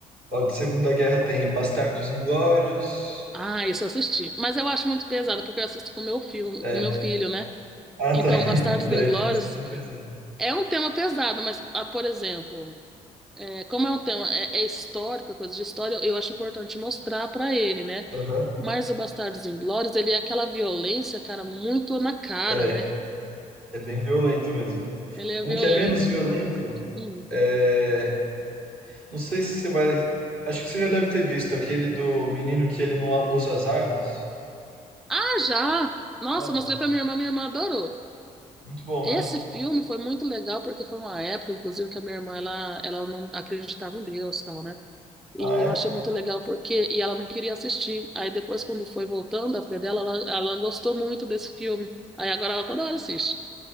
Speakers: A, on the right; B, in the centre.
A: Ó, de Segunda Guerra tem Bastardos Inglórios.
B: Ah, isso eu assisti. Mas eu acho muito pesado, porque eu assisto com meu filho,
A: É.
B: com meu filho, né?
A: Ah,
B: Então,
A: tá. <laughs>
B: Bastardos
A: Daí
B: Inglórios
A: tem uns que são pesados.
B: é um tema pesado, mas, ah, por exemplo, é, como é um tema é, é histórico, é coisa de história, eu acho importante mostrar pra ele, né?
A: Aham.
B: Mas o Bastardos Inglórios, ele é aquela violência, cara, muito na cara,
A: É,
B: né?
A: é bem violento mesmo.
B: Ele é
A: Um
B: violento.
A: que é menos violento
B: Hum.
A: é. Não sei se você vai. Acho que você já deve ter visto aquele do menino que ele não usa as armas.
B: Ah, já! Nossa,
A: Nome.
B: eu mostrei pra minha irmã, minha irmã adorou.
A: Muito bom,
B: Esse
A: né?
B: filme foi muito legal porque foi uma época, inclusive, que a minha irmã ela, ela não acreditava em Deus, tal, né? E
A: Ah, é?
B: eu achei muito legal porque e ela não queria assistir. Aí depois, quando foi voltando, a filha dela, ela, ela gostou muito desse filme. Aí agora ela toda hora assiste.